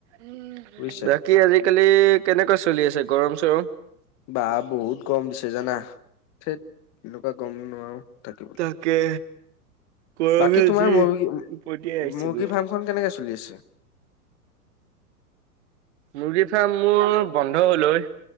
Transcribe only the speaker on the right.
উম,
বাকী আজিকালি কেনেকুৱা চলি আছে গৰম চৰম?
তাকে। গৰমে
যি
ওপৰতিয়াই আহিছে গৈ।
মুৰ্গী ফাৰ্ম মোৰ বন্ধ হ'ল হয়।